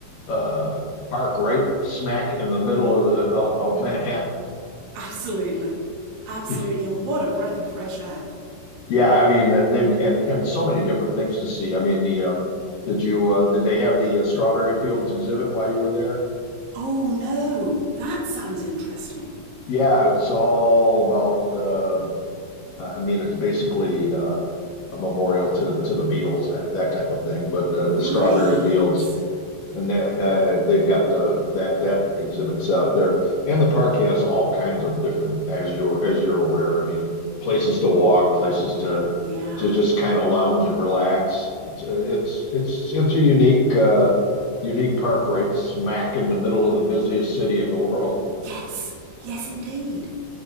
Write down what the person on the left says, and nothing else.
uh, park right smack in the middle of the of, of Manhattan.
<laughs>
Yeah, I mean uh, they've and and so many different things to see. I mean the uh, did you uh, did they have the uh, strawberry fields exhibit while you were there?
Yeah, it's all about uh, I mean it's basically uh, a memorial to to the Beatles that, that type of thing. But uh,
the strawberry fields And that uh, they've got uh, that that exhibit set up there, and the park has all kinds of different, as you're as you're aware. I mean, places to walk, places to
to just kind of lounge and relax. It's uh, it's it's it's a unique uh, unique park right smack in the middle of the busiest city in the world.